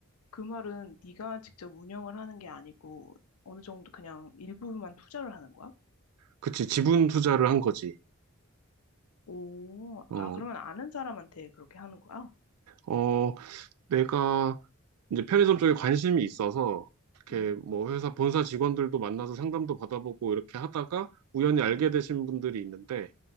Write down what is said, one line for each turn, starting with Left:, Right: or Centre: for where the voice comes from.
Left: 그 말은 네가 직접 운영을 하는 게 아니고 어느 정도 그냥 일부만 투자를 하는 거야?
Right: 그치, 지분 투자를 한 거지.
Left: 오,
Right: 어,
Left: 아, 그러면 아는 사람한테 그렇게 하는 거야?
Right: 어, 내가 이제 편의점 쪽에 관심이 있어서 이렇게
Left: 음,
Right: 뭐 회사 본사 직원들도 만나서 상담도 받아보고 이렇게 하다가 우연히 알게
Left: 음,
Right: 되신 분들이 있는데